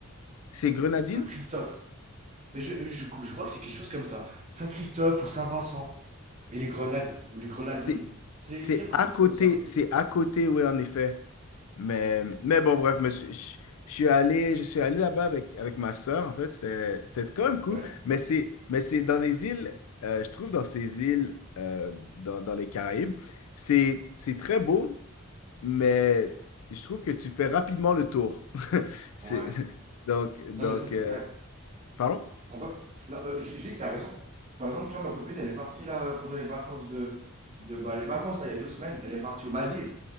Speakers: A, on the left (about 80°); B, on the right (about 30°).
A: C'est Grenadine?
B: Saint-Christophe. Mais je, je, je crois que c'est quelque chose comme ça. Saint-Christophe ou Saint-Vincent et les Grenades ou les Grenadines.
A: C'est
B: C'est
A: c'est
B: c'est quelque
A: à
B: chose
A: côté.
B: comme ça.
A: C'est à côté, oui, en effet. Mais, mais bon, bref, mais je, je- suis allé, je suis allé là-bas avec, avec ma sœur, en fait, c'était c'était quand même
B: Ouais,
A: cool. Mais c'est, mais c'est dans les îles, euh, je trouve dans ces îles, euh, dans, dans les Caraïbes, c'est c'est très beau, mais je trouve que tu fais rapidement le tour. <laughs> C'est
B: ouais.
A: donc donc
B: Non mais ça c'est
A: euh,
B: vrai.
A: pardon?
B: On va... non, euh, je, je dis que t'as raison. Par exemple, tu vois, ma copine, elle est partie là pendant les vacances de... de bah, les vacances, là, il y a deux semaines, elle est partie aux Maldives.